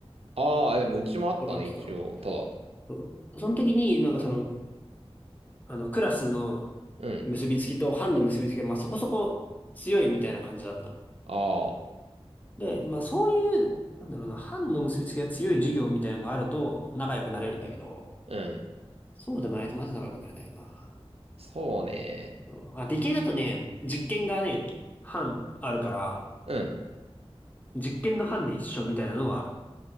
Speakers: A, on the right (about 70°); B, on the left (about 15°).
A: ああ、でもうちもあったね、
B: 小学期から。
A: 一応。ただ、
B: うん。その時に、なんかその、あの、クラスの結びつきと班の結びつきが、
A: うん、
B: まあそこそこ強いみたいな感じだったの。
A: ああ、
B: で、まあそういう、なんだろうな、班の結びつきが強い授業みたいなのがあると仲良くなれるんだけど、
A: うん、
B: そうでもないとマジ仲良くなれないよな。
A: そうね。
B: うんあ、理系だとね、実験がね、班あるから、
A: うん、
B: 実験の班で一緒みたいなのはある。